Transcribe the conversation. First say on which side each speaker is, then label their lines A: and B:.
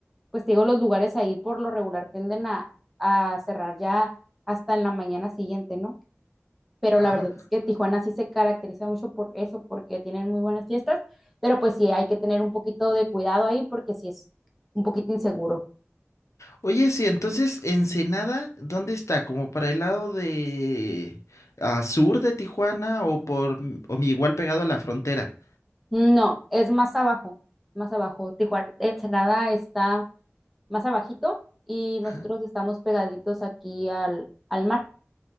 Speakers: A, in the centre; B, on the left.
A: pues te digo, los lugares ahí por lo regular tienden a, a cerrar ya hasta en la mañana siguiente, ¿no? Pero
B: Ah,
A: la verdad es que Tijuana sí se caracteriza mucho por eso, porque tienen muy buenas fiestas, pero pues sí hay que tener un poquito de cuidado ahí porque sí es un poquito inseguro.
B: Oye, sí, entonces Ensenada, ¿dónde está? ¿Como para el lado de ah, sur de Tijuana o por o mi- igual pegado a la frontera?
A: No, es más abajo, más abajo. Tijuana, Ensenada está más abajito y nosotros
B: Ajá.
A: estamos pegaditos aquí al, al mar.